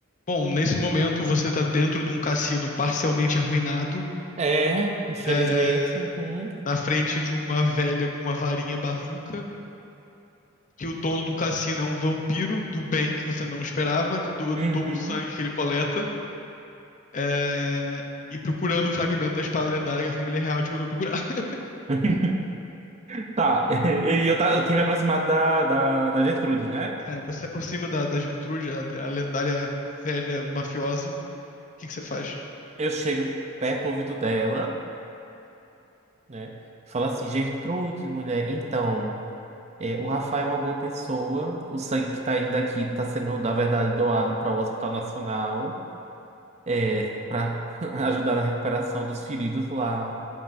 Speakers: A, on the left (about 40°); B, on the right (about 35°).
A: Bom, nesse momento você está dentro de um cassino parcialmente arruinado,
B: É, infelizmente.
A: é,
B: Uhum.
A: na frente de uma velha com uma varinha bazuca, que o dono do cassino é um vampiro do bem que você não esperava, que do-
B: Uhum.
A: doa o sangue que ele coleta, é, e procurando o fragmento da espada lendária que a família real te mandou procurar. <laughs>
B: <laughs> Tá, <laughs> e eu, ta- eu tinha me aproximado da, da, da Gertrude, né?
A: É, você se aproxima da, da Gertrude, a, a lendária velha mafiosa. O que que você faz?
B: Eu chego perto do ouvido dela, né? Falo assim, Gertrudes, mulher, então, é, o Rafael é uma boa pessoa, o sangue que tá indo aqui tá sendo, na verdade, doado para o Hospital Nacional, é, para <laughs> ajudar na recuperação dos feridos lá.